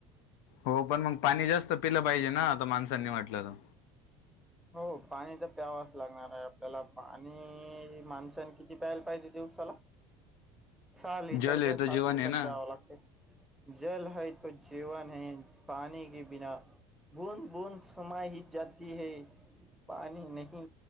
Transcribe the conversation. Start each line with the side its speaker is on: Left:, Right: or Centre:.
Left: हो पण मग पाणी जास्त पिलं पाहिजे ना आता माणसांनी म्हटलं तर
Centre: हो पाणी तर प्यावाच लागणार आहे आपल्याला पाणी माणसांनी किती प्यायला पाहिजे दिवसाला सहा लिटर
Left: तर जल हे
Centre: का सात
Left: तर जीवन
Centre: लिटर
Left: आहे ना
Centre: प्याव लागते. जल है तो जीवन है पाणी के बिना बुद बुद समाही जाती है. पाणी नाही